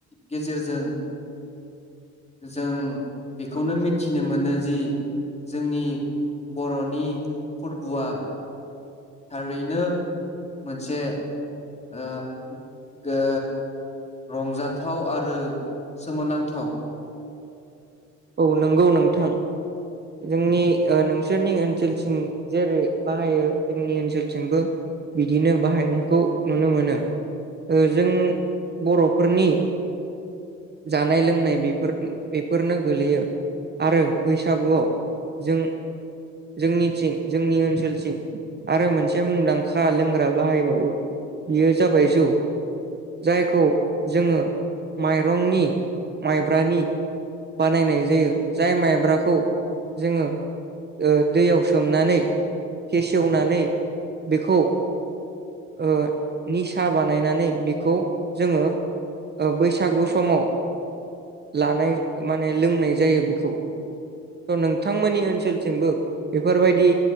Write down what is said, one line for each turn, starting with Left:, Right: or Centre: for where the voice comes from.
Left: गेजेरजों जों। बेखौनो मिथिनो मोनो। जि जोंनि। बरनि फोरबुआ थारैनो मोनसे ओ गो रंजाथाव आरो सोमोनांथाव।
Right: औ नंगौ नोंथां जोंनि ओ नोंसोरनि ओनसोलथिं जेरै बाहायो जोंनि ओनसोलथिंबो बिदिनो बाहायनायखौ नुनो मोनो जों बरफोरनि जानाय लोंनाय बेफोर बेफोरनो। गोग्लैयो आरो बैसागुआव जों जोंनिथिं जोंनि ओनसोलथिं आरो मोनसे मुंदांखा लोंग्रा बाहायबावो बेयो जाबाय जौ जायखौ जोङो माइरंनि माइब्रानि बानायनाय जायो जाय माइब्राखौ जोङो ओ दैयाव सोमनानै फेसेवनानै बेखौ ओ निसा बानायनानै बेखौ जोङो ओ बैसागु समाव लानाय माने लोंनाय जायो बेखौ नोंथांमोननि ओनसोलथिमबो बेफोरबायदि